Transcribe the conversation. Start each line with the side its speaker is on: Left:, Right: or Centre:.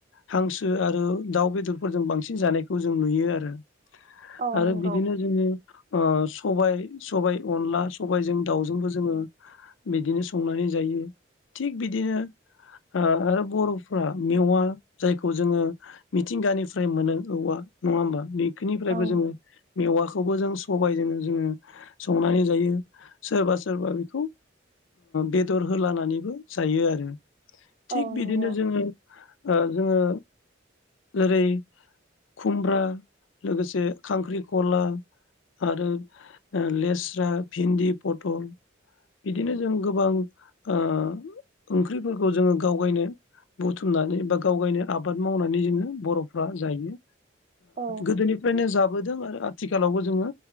Left: हांसो आरो दाउ बेदरफोरजों बांसिन जानायखौ जों नुयो आरो
Right: औ
Left: आरो
Right: नंगौ
Left: बिदिनो जोङो ओ सबाय सबाय अनला सबायजों दाउजोंबो जोङो बिदिनो संनानै जायो थिग बिदिनो आरो बर'फ्रा मेवा जायखौ जोङो मिथिंगानिफ्राय मोनो औवा नङा होमबा ब <inaudible> खोनिफ्रायबो
Right: औ
Left: जोङो मेवाखो खौबो जों सबायजों जोङो संनानै जायो सोरबा सोरबा बेखौ बेदर होलानानैबो जायो आरो थिग
Right: औ
Left: बिदिनो
Right: नंगौ
Left: जोङो ओ जोङो जेरै खुमब्रा लोगोसे खांख्रिखला आरो लेस्रा भिन्दि पटल बिदिनो जों गोबां ओ ओंख्रिफोरखौ जोङो गावगायनो बुथुमनानै बा गाव गायनो आबाद मावनानै जोङो बर'फ्रा जायो।
Right: औ
Left: गोदोनिफ्रायनो जाबोदों आरो आथिखालावबो जोङो